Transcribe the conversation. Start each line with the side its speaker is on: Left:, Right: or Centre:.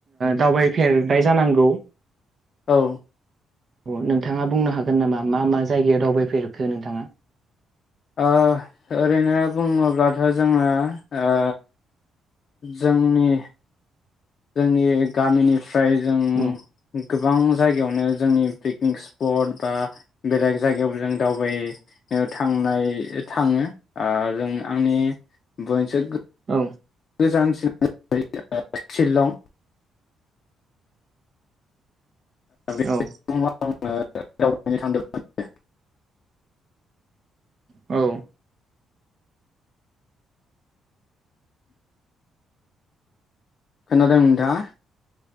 Right: दावबायफेर बाय जानांगौ
Left: औ
Right: अ नोंथाङा बुंनो हागोन नामा मा मा जायगायाव दावबायफेरखो नोंथाङा?
Left: ओ ओरैनो बुङोब्लाथ' जोङो ओ जोंनि जोंनि गामिनि फ्राय जों
Right: औ
Left: गोबां जायगायावनो जोंनि पिकनिक स्पट बा बेलेग जायगायावबो जों दावबायनो थांनाय थाङो ओ जों आंनि बयनिसाय गो
Right: औ
Left: गोजान <unintelligible> शिलं बे
Right: औ
Left: <unintelligible>
Right: औ
Left: खोनादों नोंथाङा?